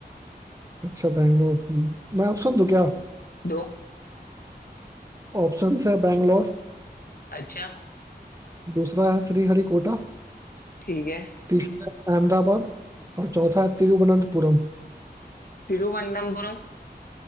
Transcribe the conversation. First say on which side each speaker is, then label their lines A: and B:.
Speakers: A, on the right; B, on the left.
A: अच्छा बैंगलोर हम्म, मैं ऑप्शन दूँ क्या
B: दो
A: ऑप्शंस है बैंगलोर
B: अच्छा
A: दूसरा है श्रीहरिकोटा
B: ठीक है
A: तीसरा है अहमदाबाद और चौथा है तिरुवनंतपुरम
B: तिरुवनंतपुरम